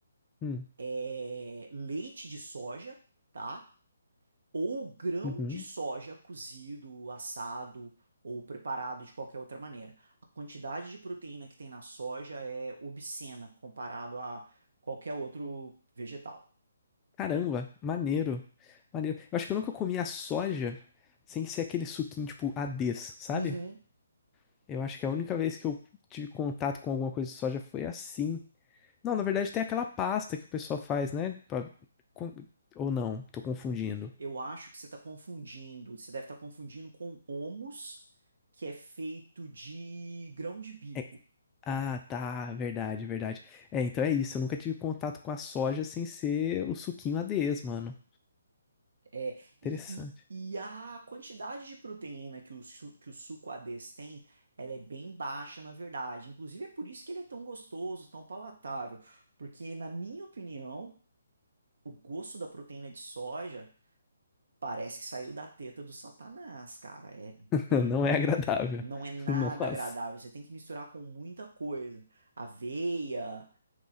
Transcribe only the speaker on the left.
Hum,
uhum.
Caramba, maneiro, maneiro. Eu acho que eu nunca comi a soja sem ser aquele suquinho, tipo, Ades, sabe?
Eu acho que a única vez que eu tive contato com alguma coisa de soja foi assim. Não, na verdade tem aquela pasta que o pessoal faz, né? Pra- com- Ou não, tô confundindo.
É- Ah, tá, verdade, verdade. É, então é isso. Eu nunca tive contato com a soja sem ser o suquinho ADES, mano.
Interessante.
<laughs>
Não
é agradável.
<laughs> Nossa.